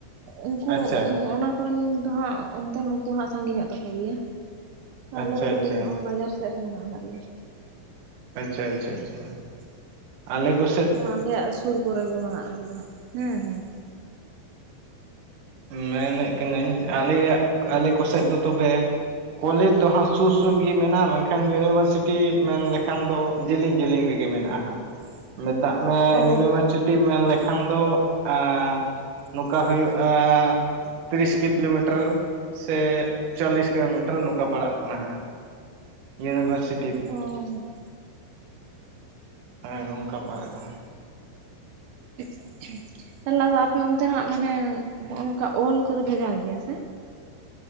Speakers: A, on the right (about 75°); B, on the right (about 55°).
A: ᱩᱱᱠᱩ
B: ᱟᱪᱪᱷᱟ
A: ᱚᱱᱟ ᱠᱚᱨᱮᱱ ᱫᱚ ᱦᱟᱸᱜ ᱚᱱᱛᱮᱱ ᱦᱚᱲ ᱫᱚ ᱦᱟᱸᱜ ᱥᱟᱺᱜᱤᱧᱚᱜ ᱛᱟᱠᱚ ᱜᱮᱭᱟ ᱾ ᱛᱟᱦᱞᱮ
B: ᱟᱪᱪᱷᱟ
A: ᱫᱚ
B: ᱟᱪᱪᱷᱟ
A: ᱠᱟᱹᱴᱤᱡ ᱱᱚᱜ-ᱚᱭ ᱵᱟᱡᱟᱨ ᱥᱮᱫ ᱨᱮ ᱢᱮᱱᱟᱜ ᱟᱠᱟᱫ ᱞᱮᱭᱟ ᱾
B: ᱟᱪᱪᱷᱟ ᱟᱪᱪᱷᱟ ᱟᱪᱪᱷᱟ ᱟᱞᱮ ᱠᱚ
A: ᱱᱚᱣᱟᱸ ᱟᱞᱮᱭᱟᱜ ᱥᱩᱨ ᱠᱚᱨᱮ ᱜᱮ ᱢᱮᱱᱟᱜ ᱟᱠᱟᱫᱟ ᱾ ᱦᱩᱸ ᱦᱩᱸ ᱾
B: ᱢᱮᱱᱮᱫ ᱠᱟᱹᱱᱟᱹᱧ ᱟᱞᱮᱭᱟᱜ ᱟᱞᱮ ᱠᱚᱥᱮᱫ ᱫᱚ ᱛᱚᱵᱮ ᱠᱚᱞᱮᱡᱽ ᱫᱚ ᱦᱟᱸᱜ ᱥᱩᱨ ᱥᱩᱨ ᱜᱤ ᱢᱮᱱᱟᱜ-ᱟ, ᱢᱮᱱᱠᱷᱟᱱ ᱤᱭᱩᱱᱤᱵᱷᱟᱨᱥᱤᱴᱤ ᱢᱮᱱ ᱞᱮᱠᱷᱟᱱ ᱫᱚ ᱡᱤᱞᱤᱧ ᱡᱤᱞᱤᱧ ᱨᱮᱜᱮ ᱢᱮᱱᱟᱜ-ᱟ ᱦᱟᱸᱜ ᱾ <inaudible> ᱢᱮᱛᱟᱜ ᱢᱮ
A: ᱚ
B: ᱤᱭᱩᱱᱤᱵᱷᱟᱨᱥᱤᱴᱤ ᱢᱮᱱ ᱞᱮ ᱠᱷᱟᱱ ᱫᱚ ᱟ ᱱᱚᱝᱠᱟ ᱦᱩᱭᱩᱜ-ᱟ ᱛᱤᱨᱤᱥ ᱠᱤᱞᱳᱢᱤᱴᱟᱹᱨ ᱥᱮ ᱪᱚᱞᱞᱤᱥ ᱠᱤᱞᱳᱢᱤᱴᱟᱨ ᱱᱚᱝᱠᱟ ᱯᱟᱲᱟᱜ ᱠᱟᱱᱟ ᱦᱟᱸᱜ ᱾ ᱤᱭᱩᱱᱤᱵᱷᱟᱨᱥᱤ
A: ᱚᱻ ᱾
B: ᱦᱳᱭ ᱱᱚᱝᱠᱟ ᱯᱟᱲᱟᱜ ᱠᱟᱱᱟ ᱾ <inaudible>
A: <inaudible> ᱛᱟᱦᱞᱮ ᱟᱫᱚ ᱟᱯᱮ ᱚᱱᱛᱮᱱᱟᱜ ᱢᱟᱱᱮ ᱱᱚᱜ-ᱚ ᱚᱝᱠᱟ ᱚᱞ ᱠᱚᱫᱚ ᱵᱷᱮᱜᱟᱨ ᱜᱮᱭᱟ ᱥᱮ?